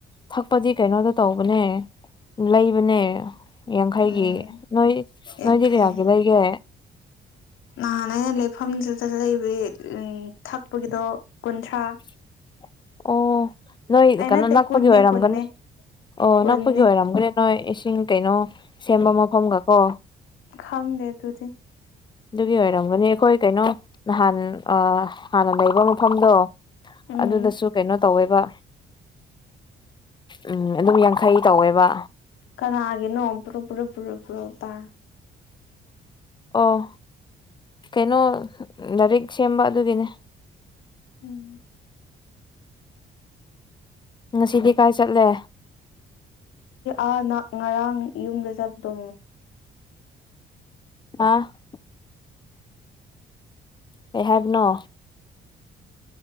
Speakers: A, on the left (about 25°); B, on the left (about 85°).
A: ꯊꯛꯄꯗꯤ ꯀꯩꯅꯣꯗ ꯇꯧꯕꯅꯦ ꯂꯩꯕꯅꯦ꯫ ꯌꯥꯡꯈꯩꯒꯤ
B: ꯎꯝ
A: ꯅꯣꯏ
B: ꯌꯥꯡꯈꯩ
A: ꯅꯣꯏꯗꯤ ꯀꯌꯥꯒꯤ ꯂꯩꯒꯦ꯫
B: ꯅꯍꯥꯟ ꯑꯩꯅ ꯂꯩꯐꯝꯗꯨꯗ ꯂꯩꯕꯏ ꯎꯝ ꯊꯛꯄꯒꯤꯗꯣ ꯀꯨꯟꯊ꯭ꯔꯥ꯫
A: <unintelligible> ꯑꯣ ꯅꯣꯏ
B: ꯑꯩ
A: ꯀꯩꯅꯣ
B: ꯅꯠꯇꯦ
A: ꯅꯛꯄꯒꯤ
B: ꯀꯨꯟꯅꯦ
A: ꯑꯣꯏꯔꯝꯒꯅꯤ
B: ꯀꯨꯟꯅꯦ
A: ꯑꯣ
B: ꯀꯨꯟꯅꯦ
A: ꯅꯛꯄꯒꯤ ꯑꯣꯏꯔꯝꯒꯅꯤ꯫ ꯅꯣꯏ ꯏꯁꯤꯡ ꯀꯩꯅꯣ ꯁꯦꯝꯕ ꯃꯐꯝꯒ ꯀꯣ꯫
B: ꯈꯪꯗꯦ ꯑꯗꯨꯗꯤ꯫
A: ꯑꯗꯨꯒꯤ ꯑꯣꯏꯔꯝꯒꯅꯤ ꯑꯩꯈꯣꯏ ꯀꯩꯅꯣ ꯅꯍꯥꯟ ꯑ ꯍꯥꯟꯅ ꯂꯩꯕ ꯃꯐꯝꯗꯣ
B: ꯎꯝ
A: ꯑꯗꯨꯗꯁꯨ ꯀꯩꯅꯣ ꯇꯧꯋꯦꯕ ꯎꯝ ꯑꯗꯨꯝ ꯌꯥꯡꯈꯩ ꯇꯧꯋꯦꯕ꯫
B: ꯀꯅꯥꯒꯦꯅꯣ ꯄꯨꯔꯨꯞ ꯄꯨꯔꯨꯞ ꯄꯨꯔꯨꯞ ꯄꯨꯔꯣ ꯇꯥ
A: ꯑꯣ ꯀꯩꯅꯣ ꯂꯥꯏꯔꯤꯛ ꯁꯦꯝꯕ ꯑꯗꯨꯒꯤꯅꯦ꯫
B: ꯎꯝ꯫
A: ꯉꯁꯤꯗꯤ ꯀꯥꯏ ꯆꯠꯂꯦ꯫
B: ꯑꯥ ꯅꯥ ꯉꯔꯥꯡ ꯌꯨꯝꯗ ꯆꯠꯄꯗꯣ
A: ꯍꯥ꯫ ꯀꯩ ꯍꯥꯏꯕꯅꯣ꯫